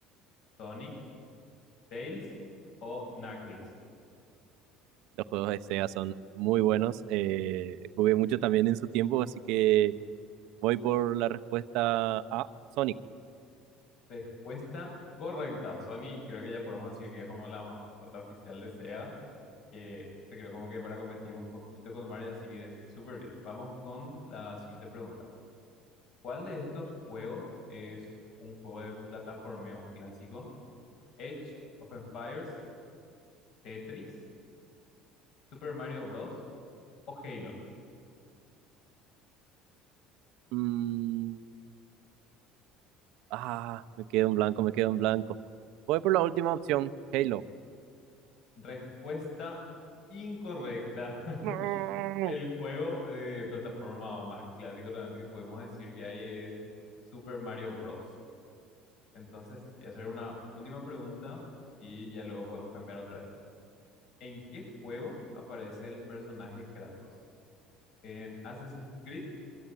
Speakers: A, on the left; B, on the right.
A: Sonic, Tails o Knuckles?
B: Los juegos de Sega son muy buenos. eh, jugué mucho también en su tiempo, así que voy por la respuesta A, Sonic.
A: Respuesta correcta. Sony creo que ya podemos decir que es como la mascota oficial de SEGA, que se creó como que para competir un poquito con Mario, así que súper bien. Vamos con la siguiente pregunta. ¿Cuál de estos juegos es un juego de plataformeo clásico? Edge of Empires, Tetris, Super Mario Bros. o Halo.
B: Mm, ah, me quedo en blanco, me quedo en blanco. Voy por la última opción, Halo.
A: Respuesta incorrecta. <laughs>
B: No.
A: El juego de plataforma más clásico realmente que podemos decir que hay es Super Mario Bros. Entonces, te voy a hacer una última pregunta y ya luego podemos cambiar otra vez. ¿En qué juego aparece el personaje Kratos? ¿En Assassin's Creed?